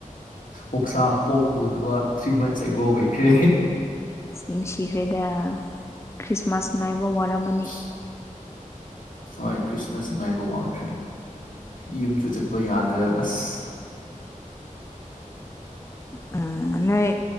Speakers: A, on the left (about 80°); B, on the left (about 20°).
A: ꯑꯣꯛꯁꯥ ꯄꯣꯛ ꯎꯗꯕ ꯊ꯭ꯔꯤ ꯃꯟꯁ ꯑꯩꯒꯣ ꯑꯣꯏꯈ꯭ꯔꯦ
B: ꯅꯨꯡꯁꯤꯈ꯭ꯔꯦꯗ ꯈ꯭ꯔꯤꯁꯃꯥꯁ ꯉꯥꯏꯕ ꯋꯥꯔꯝꯃꯅꯤ
A: ꯏꯟꯑꯣꯗꯤꯕꯜ ꯍꯣꯏ ꯈ꯭ꯔꯤꯁꯃꯥꯁ ꯉꯥꯏꯕ ꯋꯥꯈ꯭ꯔꯦ ꯌꯨꯝꯁꯨ ꯆꯠꯄ ꯌꯥꯗ ꯑꯁ
B: ꯎꯝ ꯅꯣꯏ